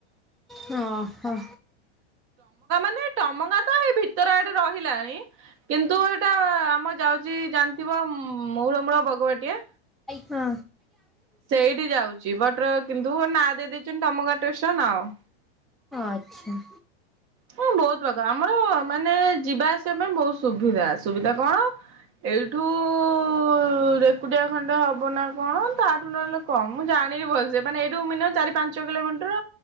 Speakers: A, in the centre; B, on the right.
A: ହଁ ହ।
B: ନାଇଁ, ଟମଙ୍ଗା ତ ଏଇ ଭିତରେ ଆଡେ ରହିଲାଣି। କିନ୍ତୁ, ଏଇଟା ଆମ ଯାଉଛି ଜାଣିଥିବ ମଉରମୂଳ ବଗବାଟିଆ!
A: ହଁ।
B: ସେଇଠି ଯାଉଛି। ବଟ କିନ୍ତୁ, ନାଁ ଦେଇ ଦେଇଛନ୍ତି ଟମକା ଟେସନ ଆଉ।
A: ଅଚ୍ଛା।
B: ହଁ, ବହୁତ ପ୍ରକା, ଆମର ମାନେ ଯିବା ଆସିବା ପାଇଁ ବହୁତ ସୁବିଧା। ସୁବିଧା କଣ? ଏଇଠୁ-ଉ-ଉ ରେକୁଟିଆ ଖଣ୍ଡେ ହବ ନା କଣ? ତାଠୁ ନହେଲେ କଁ! ମୁଁ, ଜା ଣି ଭଲ୍ ସେ ମାନେ ଏଇଠୁ, ମିନେ ଚାରି ପାଞ୍ଚ କିଲୋମିଟର